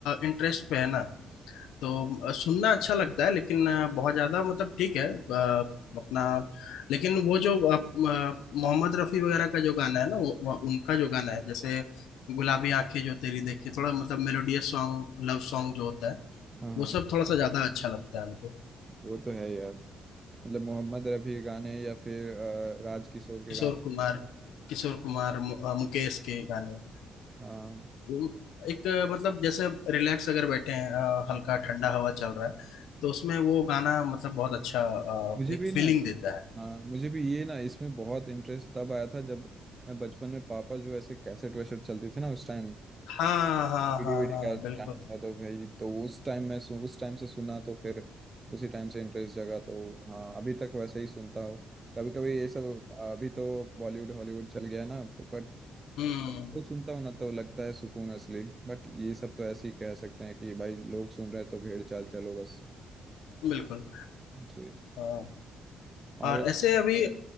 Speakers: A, on the left (about 85°); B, on the right (about 25°).
A: इंटरेस्ट पे है ना तो अ, सुनना अच्छा लगता है लेकिन अ, बहुत ज्यादा मतलब ठीक है अ, अपना लेकिन वो जो अ, अ, मोहम्मद रफी वगैरह का जो गाना है ना वो, वो- उनका जो गाना है जैसे गुलाबी आंखें जो तेरी देखी थोड़ा मतलब मेलोडियस सॉन्ग लव सॉन्ग जो होता है
B: हाँ हाँ,
A: वो सब थोड़ा सा ज्यादा अच्छा लगता है हमको
B: वो तो है यार मतलब मोहम्मद रफ़ी गाने या फिर अ, राज किशोर के
A: किशोर
B: गाने
A: कुमार किशोर कुमार मु- अ, मुकेश के गाने
B: हाँ
A: वो एक अ, मतलब जैसे रिलैक्स अगर बैठे हैं अ, हल्का ठंडा हवा चल रहा है तो उसमें वो गाना मतलब बहुत अच्छा अ,
B: मुझे
A: एक
B: भी ना
A: फीलिंग देता है
B: हाँ मुझे भी ये ना इसमें बहुत इंटरेस्ट तब आया था जब मैं बचपन में पापा जो ऐसे कैसेट वैसेट चलती थी ना उस टाइम
A: हाँ हाँ
B: सीडी
A: हाँ
B: वीडी
A: हाँ
B: का
A: बिल्कुल
B: टाइम था तो भाई तो उस टाइम मैं सु, उस टाइम से सुना तो फिर उसी टाइम से इंटरेस्ट जगा तो हाँ अभी तक वैसे ही सुनता हूँ कभी कभी ये सब अभी तो बॉलीवुड हॉलीवुड चल गया है ना तो बट
A: हम्म
B: वो सुनता हूँ ना तो लगता है सुकून असली बट ये सब तो ऐसे ही कह सकते हैं कि भाई लोग सुन रहे हैं तो भेड़ चाल चलो बस
A: बिल्कुल
B: जी
A: हाँ
B: और
A: और ऐसे अभी